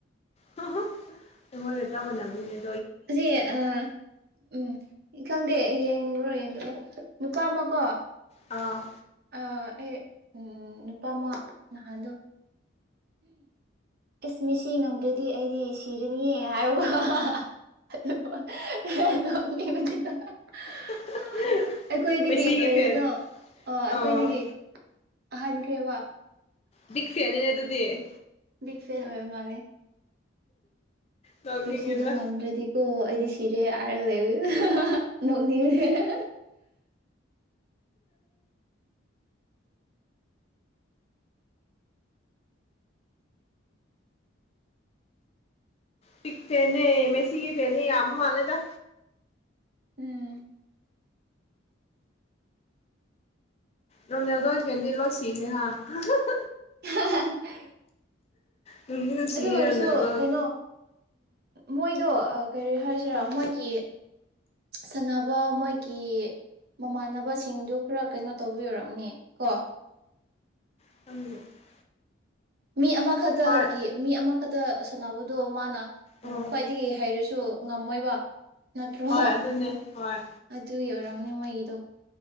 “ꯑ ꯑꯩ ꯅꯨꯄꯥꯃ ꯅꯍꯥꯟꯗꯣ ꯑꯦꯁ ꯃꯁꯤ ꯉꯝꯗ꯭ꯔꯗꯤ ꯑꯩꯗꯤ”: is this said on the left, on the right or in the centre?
Right